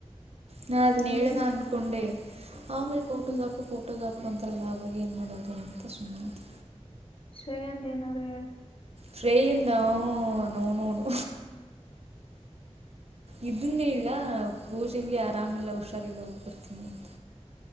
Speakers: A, on the right; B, on the left.
A: ನಾ ಅದನ್ನೇಳನ
B: ಏನ್ ಹೇಳ್
A: ಅನ್ಕೊಂಡೆ. ಆಮೇಲ ಫೋಟೋಸ್
B: ಹ್ಮ್.
A: ಹಾಕು ಫೋಟೋಸ್ ಹಾಕೋ ಅಂತಾರಲ್ಲ ಅವಗೇನ ಮಾಡೋದು ಅಂತ ಸುಮ್ನಾದೆ.
B: ಸರಿ ಒಂದೇನಾರ ಹೇಳ್.
A: ಟ್ರೈಯನ ನೋ ನೋ ನೋ.
B: <inaudible>
A: ಇದನ್ನೆಳಲ ಪೂಜನ್ಗೆ ಆರಾಮೀಲ್ಲ ಹುಷಾರಿಲ್ಲ ಹೋಗ್ ಬರ್ತೀನಿ ಅಂತ.